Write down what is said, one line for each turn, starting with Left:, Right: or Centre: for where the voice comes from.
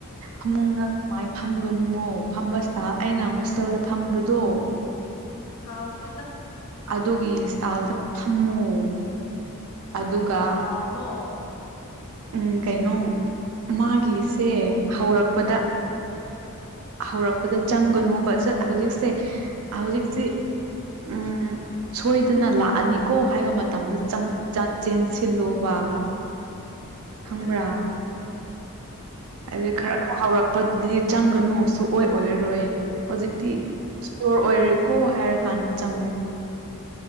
Right: ꯑꯃꯨꯡꯒ ꯃꯥꯏ ꯐꯝꯒꯅꯨꯃꯣ ꯐꯕꯁꯤꯗ ꯑꯩꯅ ꯍꯣꯁꯇꯦꯜꯗ ꯐꯝꯕꯗꯣ
Left: ꯀꯥꯎ ꯑꯣꯈꯔꯦꯗ
Right: ꯑꯗꯨꯒꯤ ꯏꯁꯇꯥꯜꯗ ꯐꯝꯃꯨ ꯑꯗꯨꯒ
Left: ꯐꯔꯤꯁ ꯇꯥꯎꯅꯣ
Right: ꯎꯝ ꯀꯩꯅꯣ ꯃꯥꯒꯤꯁꯦ ꯍꯧꯔꯛꯄꯗ ꯍꯧꯔꯛꯄꯗ ꯆꯪꯒꯅꯣꯕ ꯍꯧꯖꯤꯛꯁꯦ ꯍꯧꯖꯤꯛꯁꯤ ꯎꯝ ꯁꯣꯏꯗꯅ ꯂꯥꯛꯑꯅꯤꯀꯣ ꯍꯥꯏꯕ ꯃꯇꯝꯗ ꯆꯦꯟꯁꯤꯜꯂꯣꯕ <inaudible>
Left: ꯑꯗꯨ꯭ꯔꯦꯗ
Right: ꯈꯪꯕ꯭ꯔꯥ ꯍꯥꯏꯕꯗꯤ ꯈꯔ ꯈꯔ ꯍꯧꯔꯛꯄꯗꯨꯗꯤ ꯆꯪꯒꯅꯨ ꯁꯑꯣ ꯑꯣꯏꯔꯔꯣꯏ ꯍꯧꯖꯤꯛꯇꯤ ꯏꯁꯇꯣꯔ ꯑꯣꯏꯔꯦꯀꯣ ꯍꯥꯏꯔꯀꯥꯟꯗ ꯆꯪꯉꯨ